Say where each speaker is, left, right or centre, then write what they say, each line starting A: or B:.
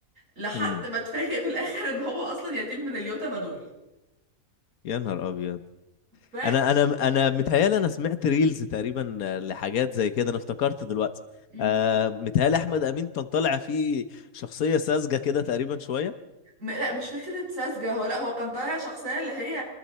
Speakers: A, on the right (about 65°); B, on the left (about 85°).
A: لحد
B: امم
A: ما اتفاجئ في الآخر إن هو أصلا يتيم من اليتامى دول
B: يا نهار ابيض
A: ف
B: انا انا انا متهيالي انا سمعت ريلز تقريبا آه، لحاجات زي كده انا افتكرت دلوقتي
A: مم.
B: آه متهيالي احمد امين كان طالع فيه شخصيه ساذجه كده تقريبا شويه
A: م- لا مش فكرة ساذجة هو لا هو كان طالع شخصية اللي هي